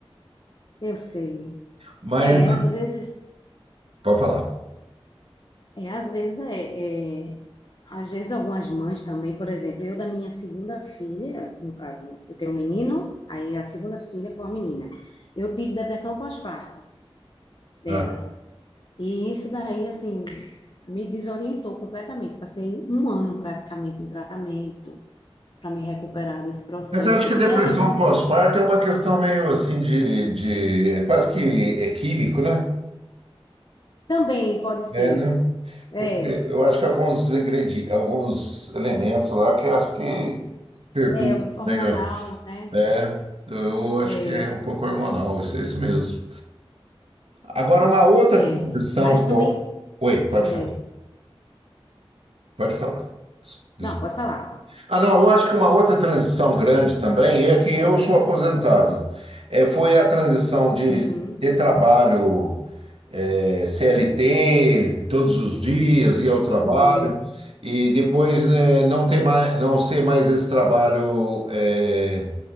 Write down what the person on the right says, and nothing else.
Mas,
pode falar.
Ah.
Mas eu acho que a
depressão
pós-parto é uma questão meio assim de, de- é quase que é químico, né?
É, né?
Porque eu acho que alguns ingredientes, alguns elementos lá que eu acho que perturbam
meio.
É, eu acho
que é um pouco hormonal, isso, isso mesmo. Agora, uma outra
condição
que
eu... Oi, pode
falar. Pode falar. Des-
Ah, não, eu acho que uma outra transição grande também é que eu sou aposentado. É, foi a transição de
ter trabalho é, CLT todos os dias, ir ao trabalho,
e depois né, não ter mais, não ser mais esse trabalho é,